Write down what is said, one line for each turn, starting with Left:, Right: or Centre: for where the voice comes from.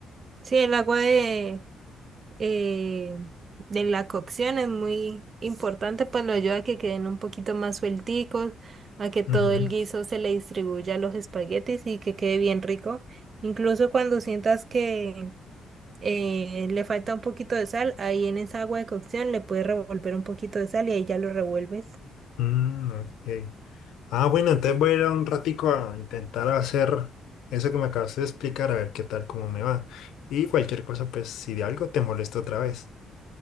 Right: Sí, el agua de, eh, de la cocción es muy importante, pues lo ayuda a que queden un poquito más suelticos, a que todo
Left: Ujú.
Right: el guiso se le distribuya a los espaguetis y que quede bien rico. Incluso cuando sientas que eh, le falta un poquito de sal, ahí en esa agua de cocción le puedes revolver un poquito de sal y ahí ya lo revuelves.
Left: Mm, ok. Ah, bueno, entonces voy a ir un ratico a intentar hacer eso que me acabaste de explicar, a ver qué tal, cómo me va. Y cualquier cosa, pues si de algo te molesto otra vez.